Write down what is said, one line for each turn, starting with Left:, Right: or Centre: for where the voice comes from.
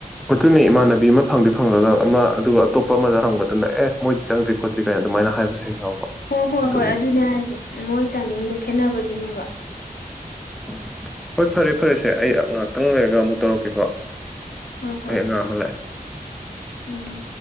Centre: ꯑꯗꯨꯅꯤ ꯏꯃꯥꯟꯅꯕꯤ ꯑꯃ ꯐꯪꯗꯤ ꯐꯪꯂꯒ ꯑꯃ ꯑꯗꯨꯒ ꯑꯇꯣꯞꯄ ꯑꯃꯗ ꯍꯪꯕ ꯃꯇꯝꯗ ꯑꯦ ꯃꯣꯏꯗꯤ ꯆꯪꯗ꯭ꯔꯤ ꯈꯣꯠꯇ꯭ꯔꯤ ꯀꯥꯏꯅ ꯑꯗꯨꯃꯥꯏꯅ ꯍꯥꯏꯕꯁꯨ ꯍꯦꯛ ꯌꯥꯎꯕ
Left: ꯍꯣ ꯍꯣꯏ
Centre: ꯑꯗꯨꯅꯤ
Left: ꯍꯣꯏ ꯑꯗꯨꯅꯦ ꯍꯥꯏꯁꯦ ꯃꯣꯏ ꯇꯥꯏꯃꯤꯡꯗꯣ ꯈꯦꯠꯅꯕꯒꯤ ꯒꯤꯅꯦꯕ
Centre: ꯎꯝ ꯍꯣꯏ ꯐꯔꯦ ꯐꯔꯦꯁꯦ ꯑꯩ ꯉꯍꯥꯛꯇꯪ ꯂꯩꯔꯒ ꯑꯃꯨꯛ ꯇꯧꯔꯛꯀꯦꯀꯣ
Left: ꯍꯣꯏ ꯍꯣꯏ
Centre: ꯑꯩ ꯑꯉꯥꯡ ꯑꯃ ꯂꯥꯛꯑꯦ
Left: ꯎꯝ